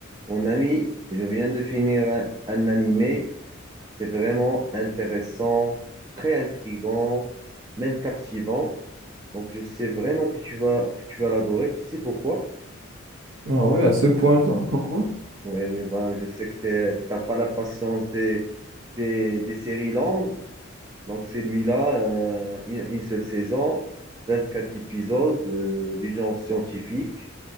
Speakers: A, on the right; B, on the right.
A: Mon ami, je viens de finir un, un animé. C'est vraiment intéressant, très intrigant, même captivant. Donc, je sais vraiment que tu vas, que tu vas l'adorer. Tu sais pourquoi?
B: Ah ouais, à ce point-là, pourquoi?
A: Oui, oui, ben, je sais que tu n'as pas la patience des, des, des séries longues. Donc, celui-là, euh, une, une seule saison, 24 épisodes, euh, du genre scientifique.